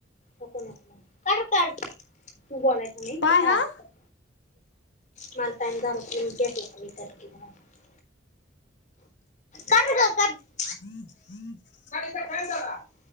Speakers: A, on the left; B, on the left.
A: क कार कार तू बलाय त नाही त
B: पाय
A: स
B: हा
A: <unintelligible> मला टाईम झाला की करते <unintelligible> करं करं कां <unintelligible>
B: हम्मं हम्मं
A: कायंम झाला <unintelligible>